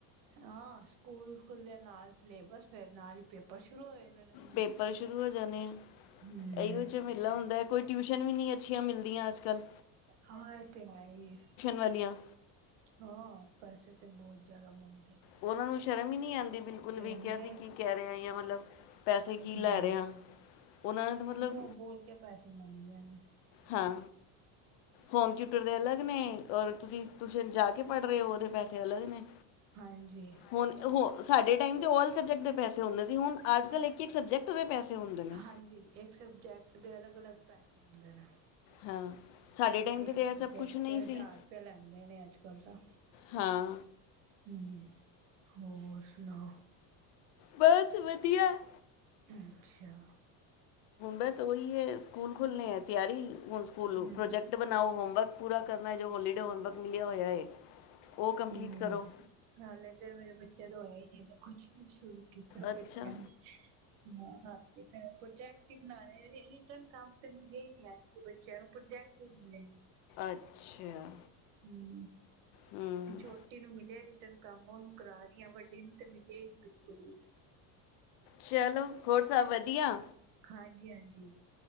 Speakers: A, on the right; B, on the left.
A: ਹਾਂ ਸਕੂਲ ਖੁੱਲੇ, ਨਾਲ ਸਿਲੇਬਸ, ਫਿਰ ਨਾਲ ਹੀ ਪੇਪਰ ਸ਼ੁਰੂ ਹੋਏ। ਇਹਨਾਂ ਨੇ ਨਾਲ
B: ਪੇਪਰ ਸ਼ੁਰੂ ਹੋ ਜਾ ਨੇ <inaudible>
A: ਹਮ
B: ਇਹਹੀ ਜਿਹਾ ਮੇਲਾ ਹੁੰਦਾ ਕੋਈ ਟਿਊਸ਼ਨ ਵੀ ਨਹੀਂ, ਅੱਛੀਆਂ ਮਿਲਦੀਆਂ ਅੱਜ ਕੱਲ।
A: ਹਾਂ ਤੇ ਆਈ
B: ਵਾਲੀਆਂ।
A: ਹਾਂ ਬਸ ਤੇ ਬਹੁਤ ਜ਼ਿਆਦਾ ਮਨ
B: ਉਹਨਾਂ ਨੂੰ ਸ਼ਰਮ ਹੀ ਨਹੀਂੀ ਆਉਂਦੀ ਬਿਲਕੁਲ ਵੀ
A: ਇੰਨੇ
B: ਕਿਹਾਿਆ ਅਸੀਂ ਕੀ ਕਹਿ ਰਹੇ ਹ ਮਤਲਬ ਪੈਸੇ ਕੀ
A: ਹਮ
B: ਲੈ ਰਹੇਹਾ ਉਹਨਾਂ ਨੇ ਤਾਂ ਮਤਲਬ
A: ਮੂੰਹ ਬੋਲ ਕੇ ਪੈਸੇ ਮੰਗਦੀਆਂ ਨੇ
B: ਹਾਂ ਹੋਮ ਟਿਊਟਰ ਦੇ ਅਲੱਗ ਨੇ ਔਰ ਤੁਸੀਂ ਟਿਊਸ਼ਨ ਜਾ ਕੇ ਪੜ੍ਹੇ ਉਹਦੇ ਪੈਸੇ ਅਲਗ ਨੇ
A: ਹਾਂਜੀ
B: ਹੁਣ ਹੋ ਸਾਡੇ ਟਾਈਮ ਤੇ ਸਬਜੈਕਟ ਦੇ ਪੈਸੇ ਹੁੰਦੇ ਸੀ ਹੁਣ ਅੱਜ ਕੱਲ ਇੱਕ ਇੱਕ ਸਬਜੈਕਟ ਦੇ ਪੈਸੇ ਹੁੰਦੇ ਨੇ
A: ਹਾਂਜੀ ਇੱਕ ਸਬਜੈਕਟ ਦੇ ਅਲੱਗ ਅਲੱਗ ਪੈਸੇ ਦੇਣਾ
B: ਹਾਂ ਸਾਡੇ ਟਾਈਮ
A: ਇੱਕ
B: 'ਤੇ ਤਾਂ
A: ਸਬਜੈਕਟ
B: ਇਹ ਸਭ ਕੁਝ ਨਹੀਂ
A: ਤੇ ਹਜ਼ਾਰ
B: ਸੀ
A: ਰੁਪਆ ਲੈਂਦੇ ਨੇ ਅੱਜ ਕਲ ਤਾਂ
B: ਹਾਂ
A: ਹਮ ਹੋਰ ਸੁਣਾਓ
B: ਬਸ ਵਧੀਆ
A: ਅੱਛਾ
B: ਬਸ ਉਹੀ ਹੈ ਸਕੂਲ ਖੁੱਲ੍ਹਣੇੇ ਹੈ ਤਿਆਰੀ ਹੁਣ ਸਕੂਲ
A: ਹੂੰ,
B: ਪ੍ਰੋਜੈਕਟ ਬਣਾਓ ਹੋਮਵਰਕ ਪੂਰਾ ਕਰਨਾ ਜੋ ਹੋਲੀਡੇ ਹਣ ਵਰ ਮਿਲਿਆ ਹੋਇਆ ਹੈ ਉਹ ਕੰਪਲੀਟ
A: ਹਮ
B: ਕਰੋ
A: ਹਾਲੇ ਤੇ ਮੇਰੇ ਬੱਚਿਆਂ ਦਾ ਹੋਇਆ ਹੀ ਨਹੀਂ ਹਦਾ ਕੁਛ ਸ਼ੁਰੂ ਕਿ ਕੀਤਾ
B: ਅੱਛਾ
A: ਬੱਚਾ ਹ ਹਾਂ ਪ੍ਰੋੈਕਟਵ ਰਿਟਨ ਕਾਮ ਤੇ ਮੀਲੇ ਹੀ ਨ ਆਜ ਕੇ ਬੱਚਿਆਂ ਨੂੰ ਜੈਕ ਲ
B: ਅੱਛਾ
A: ਹਮ
B: ਹੂੰ
A: ਛੋਟੀ ਨੂੰ ਮਿਲਿਆ ਰਿਟਰਨ ਕੰਮ ਉਹਨੂੰ ਕਰਾ ਰਹੀ ਆ ਵੱਡੀ ਨੂੰ ਤੇ ਮਿਲੇ ਹੀ ਨੀ ਬਿਲਕੁਲ ਹੀ
B: ਚਲੋ ਹੋਰ ਸਭ ਵਧੀਆ
A: ਹਾਂਜੀ ਹਾਂਜੀ